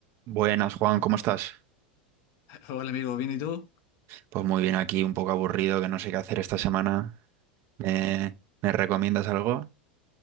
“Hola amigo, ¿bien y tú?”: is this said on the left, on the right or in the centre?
Left